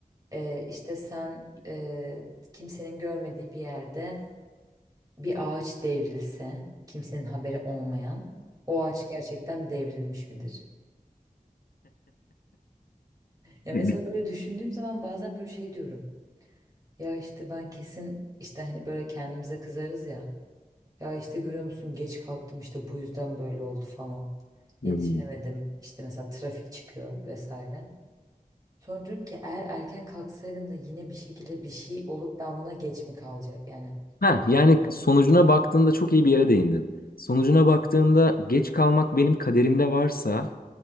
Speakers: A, on the right; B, on the left.
A: e, işte sen e, kimsenin görmediği bir yerde bir ağaç devrilse kimsenin haberi olmayan o ağaç gerçekten devrilmiş midir? Ya mesela
B: Hı.
A: böyle düşündüğüm zaman bazen böyle şey diyorum. Ya işte ben kesin işte hani böyle kendimize kızarız ya. Ya işte görüyor musun geç kalktım işte bu yüzden böyle oldu falan. Yetişemedim
B: hı.
A: işte mesela trafik çıkıyor vesaire. Sonra diyorum ki eğer erken kalksaydım da yine bir şekilde bir şey olup ben buna geç mi kalacak yani.
B: Ha, yani sonucuna baktığında çok iyi bir yere değindin. Sonucuna baktığında geç kalmak benim kaderimde varsa